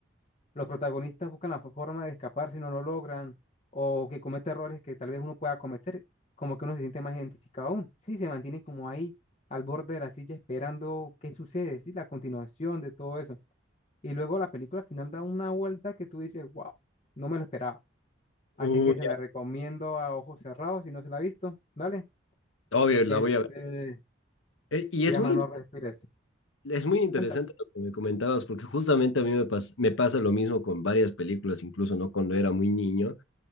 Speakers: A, on the left (about 35°); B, on the left (about 75°).
A: los protagonistas buscan la forma de escapar si no lo logran, o que comete errores que tal vez uno pueda cometer, como que uno se siente más identificado aún. Sí, se mantiene como ahí al borde de la silla esperando qué sucede, sí, la continuación de todo eso. Y luego la película al final da una vuelta que tú dices, wow, no me lo esperaba. Así
B: Uy,
A: que se la recomiendo a ojos cerrados si no se la ha visto, ¿vale?
B: Obvio,
A: Este,
B: la voy a ver. Eh, y
A: se
B: es
A: llama
B: muy,
A: No Respires.
B: es muy interesante
A: Cuéntame.
B: lo que me comentabas, porque justamente a mí me, pas- me pasa lo mismo con varias películas, incluso, ¿no? Cuando era muy niño,